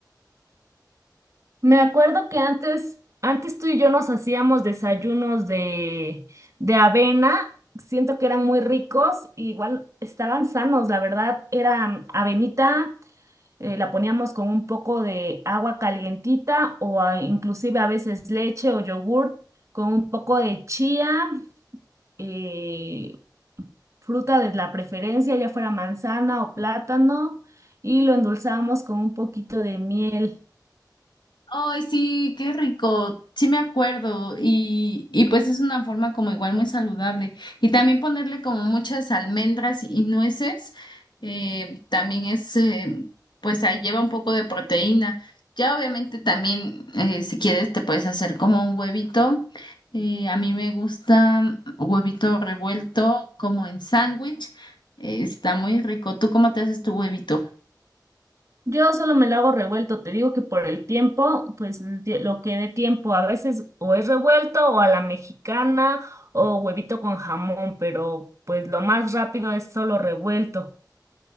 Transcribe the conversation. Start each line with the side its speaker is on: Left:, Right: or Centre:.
Right: Me acuerdo que antes, antes tú y yo nos hacíamos desayunos de, de avena. Siento que eran muy ricos, y igual estaban sanos, la verdad. Era avenita, eh, la poníamos con un poco de agua calientita o a- inclusive a veces leche o yogur con un poco de chía, eh, fruta de la preferencia, ya fuera manzana o plátano, y lo endulzábamos con un poquito de miel.
Left: Ay, sí, qué rico. Sí me acuerdo. Y, y pues es una forma como igual muy saludable. Y también ponerle como muchas almendras y nueces. eh, también es, eh, pues ahí lleva un poco de proteína. Ya obviamente también, eh, si quieres, te puedes hacer como un huevito. Eh, a mí me gusta huevito revuelto como en sándwich. Eh, está muy rico. ¿Tú cómo te haces tu huevito?
Right: Yo solo me lo hago revuelto, te digo que por el tiempo, pues el tie- lo que dé tiempo, a veces o es revuelto o a la mexicana o huevito con jamón, pero pues lo más rápido es solo revuelto.